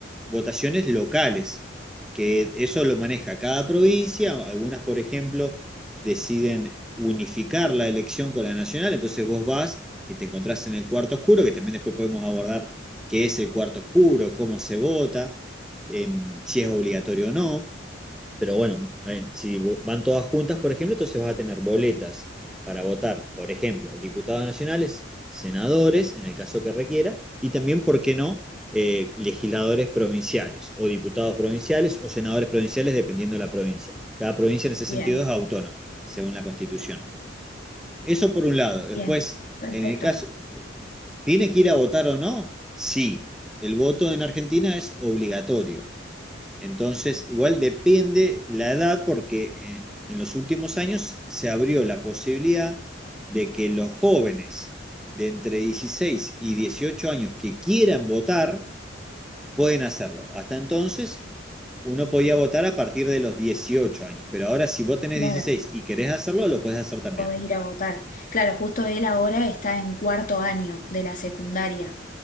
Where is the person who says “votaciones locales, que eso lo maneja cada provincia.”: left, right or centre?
Centre